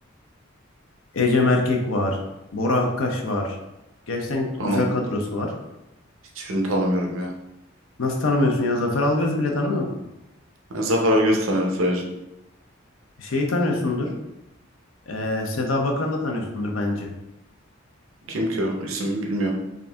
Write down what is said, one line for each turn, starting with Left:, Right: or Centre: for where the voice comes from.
Left: Ecem Erkek var. Bora Akkaş var. Gerçekten güzel
Right: Tanım.
Left: kadrosu var.
Right: Hiçbirini tanımıyorum ya.
Left: Nasıl tanımıyorsun ya? Zafer Algöz'ü bile tanımıyor musun?
Right: Ben Zafer Algöz'ü tanıyorum sadece.
Left: Şeyi tanıyorsundur. Ee, Seda Bakan'ı da tanıyorsundur bence.
Right: Kim ki o? İsmini bilmiyorum.